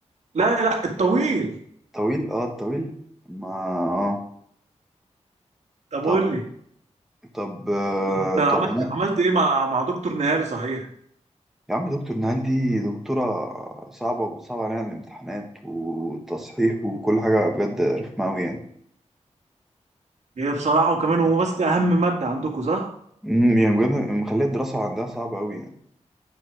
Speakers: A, on the right; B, in the centre.
A: لا لا الطويل
B: طويل اه طويل ما اه
A: طب
B: طب
A: قول لي
B: طب آه،
A: انت عملت
B: طب انا
A: عملت ايه مع مع دكتور نهال صحيح
B: يا عم دكتور نهال دي دكتوره صعبه وبتصعب علينا الامتحانات والتصحيح وكل حاجه بجد رخمه قوي يعني
A: هي بصراحة وكمان هو ماسك أهم مادة عندكم صح؟
B: امم يعني بجد مخليه الدراسه عندها صعبه قوي يعني